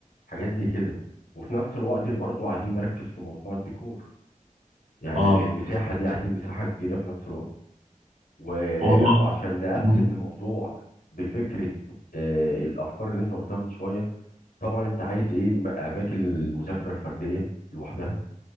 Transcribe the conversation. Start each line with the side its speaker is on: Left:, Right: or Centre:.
Left: حاجات زي كده وفي نفس الوقت برضو عايزين نركز في موضوع الديكور يعني
Right: اه
Left: ال- المساحه دي عايزين مساحه كبيره في نفس الوقت و...
Right: والله
Left: وعشان نقسم
Right: امم
Left: الموضوع بفكره آه، الافكار اللي انت قلتها من شويه طبعا انت عايز ايه م- اماكن المذاكره الفرديه لوحدها